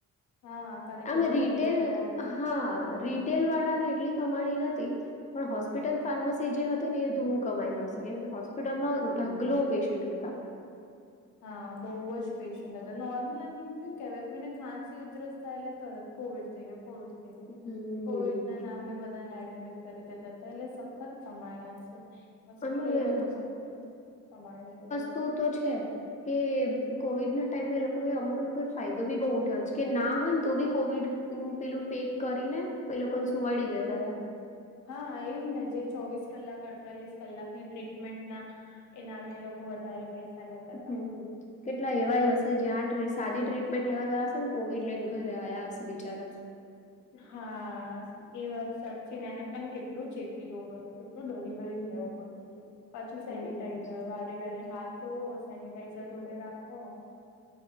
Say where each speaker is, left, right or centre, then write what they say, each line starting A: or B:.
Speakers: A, on the left (about 70°); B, on the left (about 25°).
A: હા કારણ
B: આમે
A: કે બધી
B: રિટેલ
A: દવાઓ
B: હા રી ટેલ વાળા ને એટલી કમાણી નથી. પણ હોસ્પિટલ ફાર્મસી જે હતી ને એ ધૂમ કમાઈ હશે કેમ કે હોસ્પિટલમાં ઢગલો પેશન્ટ હતા.
A: હા બહુ જ પેશન્ટ હતા નોર્મલ આમ હું કેહેવાય કે એને ખાંસી ઉધરસ થાય એટલે તરત કોવિડ થઈ ગયો. કોવિડ થઈ ગયા
B: હમ
A: કોવિડ ના નામે બધાને એડમિટ કરી દેતા હતા એટલે સખત કમાયા હશે. હોસ્પિટલમાં
B: અને
A: તો સખત કમાણી છે.
B: તું તો છે. કે કોવિડ ના ટાઈમે એ લોકોને અમુક લોકોને ફાયદો બી બઉ ઉઠાવે છે કે ના હોય ને તો બી કોવિડ હું પેલું પેક કરીને લોકોને સુવાડી દેતા હતા.
A: હા એજ ને જે ચોવીસ કલાક અડતાલીસ કલાકની ટ્રીટમેન્ટના એ નામે લોકો વધારે પૈસા લેતા હતા.
B: હમ કેટલા એવાય હશે જે આ સાદી ટ્રીટમેન્ટ લેવા ગયા હશે ને કોવિડ લઈને ઘરે આવ્યા હશે બિચારા.
A: હા. એ વાત સાચી ના એના અને કેટલું ચેપી રોગ હતો કેટલું ડરી ડરીને રહેવું પડતું હતું. પછી સેનિટાઈઝર
B: હમ
A: વારે ઘરે હાથ ધોવો સેનિટાઈઝર જોડે રાખો.